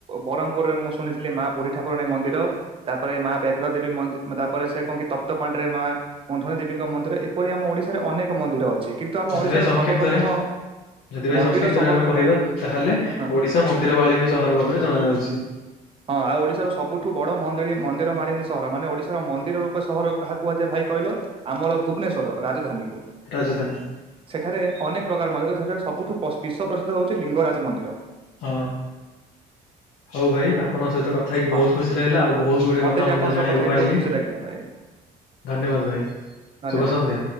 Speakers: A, on the right; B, on the left.
A: ବ୍ରହ୍ମପୁରରେ ମୁ ଶୁଣିଥିଲି ମା ବୁଢୀ ଠାକୁରାଣୀ ମନ୍ଦିର ତାପରେ ମା ବ୍ୟାଘ୍ର ଦେବୀ ମି ତାପରେ ସେ କହନ୍ତି ତପ୍ତ ପାଣ୍ଡରେ ମା କଧଣୀ ଦେବୀଙ୍କ ମନ୍ଦିର ଏପରି ଆମ ଓଡିଶାରେ ଅନେକ ମନ୍ଦିର ଅଛି। କିନ୍ତୁ ଆମ
B: ସେଥିପାଇଁ
A: ଓଡିଶାର
B: ସଂକ୍ଷିପ୍ତରେ
A: ସର୍ବପ୍ରଥମ
B: ସେଥିପାଇ
A: ମନ୍ଦିର
B: ସଂକ୍ଷିପ୍ତରେ
A: ସହ
B: ଆମେ କହିବା ତାହେଲେ
A: ହଁ
B: ଓଡିଶା ମନ୍ଦିର ମାଳିନୀ ସହର ଭାବରେ ଜଣା ଯାଉଛି।
A: ହଁ ଆଉ ଓଡିଶାର ସବୁଠୁ ବଡ ମ ମନ୍ଦିର ମାଳିନୀ ସହର ମାନେ ଓଡିଶାର ମନ୍ଦିର ରୂପେ ସହର କାହା କୁହାଯଏ ଭାଇ କହିଲ? ଆମର ଭୁବନେଶ୍ୱର ରାଜଧାନୀକୁ
B: ରାଜଧାନୀ
A: ସେଠାରେ ଅନେକ ପ୍ରକାର ମଧ୍ୟ ସେଠାରେ ସବୁଠୁ ପ ବିଶ୍ୱ ପ୍ରସିଦ୍ଧ ହଉଛି ଲିଙ୍ଗରାଜ ମନ୍ଦିର।
B: ହଁ ହଉ ଭାଇ ଆପଣଙ୍କ ସହିତ କ ଭାଇ ବହୁତ
A: ହଁ
B: ଖୁସି ଲାଗିଲା ଆଉ ବହୁତ ଗୁଡିଏ
A: ମତେ
B: କଥା
A: ବି
B: ମଧ୍ୟ
A: ଆପଣଙ୍କ
B: ଜାଣିବାକୁ
A: ସହ କଥା ହେଇ
B: ପାଇଲି
A: ବହୁତ ଖୁସି ଲାଗିଲା ଭାଇ
B: ଧନ୍ୟବାଦ ଭାଇ
A: ଧନ୍ୟବାଦ।
B: ଶୁଭ ସନ୍ଧ୍ୟା।